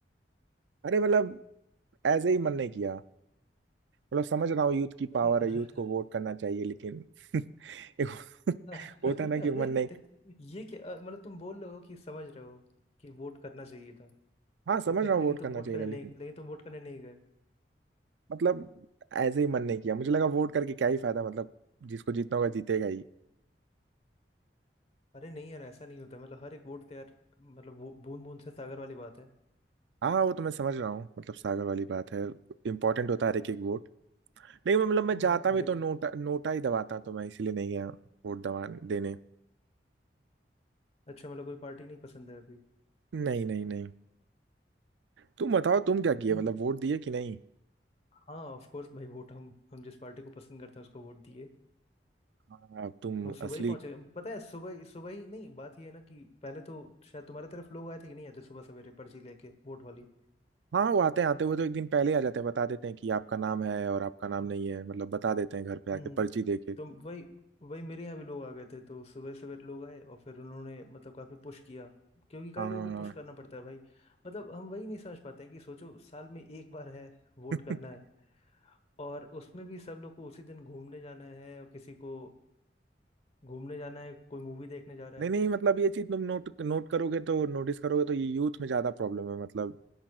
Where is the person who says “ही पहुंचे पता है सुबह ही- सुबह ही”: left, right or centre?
Left